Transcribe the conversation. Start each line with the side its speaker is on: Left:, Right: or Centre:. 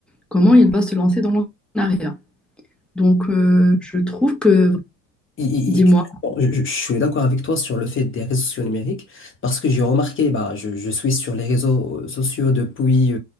Centre: comment il va se lancer dans l'entrepreneuriat. Donc, euh, je trouve que,
Left: Et- et-
Centre: dis-moi.
Left: et clairement, je, je- suis d'accord avec toi sur le fait des réseaux sociaux numériques parce que j'ai remarqué, bah, je, je suis sur les réseaux euh, sociaux depuis